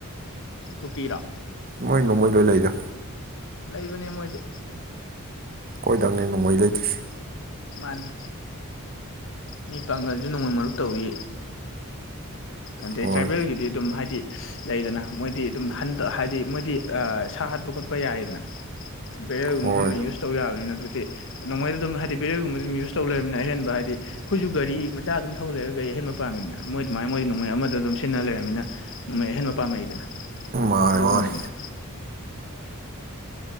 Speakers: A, on the left; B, on the right.
A: ꯀꯨꯀꯤꯔꯣ
B: ꯃꯣꯏ ꯅꯣꯡꯃꯩ ꯂꯣꯏ ꯂꯩꯗ
A: ꯂꯩꯕꯅꯦ ꯃꯣꯏꯗꯤ
B: ꯈꯣꯏꯗꯪꯅꯦ ꯅꯣꯡꯃꯩ ꯂꯩꯇ꯭ꯔꯤꯁꯤ
A: ꯃꯥꯅꯦ ꯃꯤ ꯄꯥꯡꯒꯜꯖꯨ ꯅꯣꯡꯃꯩ ꯃꯔꯨꯞ ꯇꯧꯏ ꯑꯗꯩꯩ
B: ꯍꯣꯏ
A: ꯇ꯭ꯔꯥꯏꯕꯦꯜꯒꯤꯗꯤ ꯑꯗꯨꯝ ꯍꯥꯏꯗꯤ ꯂꯩꯗꯅ ꯃꯣꯏꯗꯤ ꯗꯨꯝ ꯍꯟꯗ ꯍꯥꯏꯗꯤ ꯃꯣꯏꯗꯤ ꯑꯥ ꯁꯥ ꯍꯥꯠꯄ ꯈꯣꯠꯄ ꯌꯥꯏꯗꯅ ꯕꯦꯌꯔꯒꯨꯝꯕ
B: ꯍꯣꯏ
A: ꯈꯔ ꯑꯃ ꯌꯨꯁ ꯇꯧ ꯌꯥꯕꯅꯤꯅ ꯑꯗꯨꯗꯤ ꯅꯣꯡꯃꯩꯗ ꯑꯗꯨꯝ ꯍꯥꯏꯗꯤ ꯕꯦꯌꯔꯒꯨꯝꯕꯖꯨ ꯑꯗꯨꯝ ꯌꯨꯁ ꯇꯧ ꯂꯩꯔꯃꯤꯅ ꯑꯍꯦꯟꯕ ꯍꯥꯏꯗꯤ ꯈꯣꯏꯖꯨ ꯒꯥꯔꯤ ꯃꯆꯥ ꯑꯗꯨꯝ ꯊꯧ ꯂꯩꯔꯒꯒ ꯒꯥꯔꯤ ꯑꯍꯦꯟꯕ ꯄꯥꯝꯃꯤꯅ ꯃꯣꯏ ꯗꯨꯃꯥꯏꯅ ꯃꯣꯏ ꯅꯣꯡꯃꯩ ꯑꯃꯗ ꯑꯗꯨꯝ ꯁꯤꯖꯤꯟꯅ ꯂꯩꯔꯃꯤꯅ ꯅꯣꯡꯃꯩ ꯑꯍꯦꯟꯕ ꯄꯥꯝꯃꯛꯏꯗꯅ
B: ꯃꯥꯅꯦ
A: ꯑꯗꯨꯒꯨꯝꯕꯅꯤꯗ
B: ꯃꯥꯅꯦ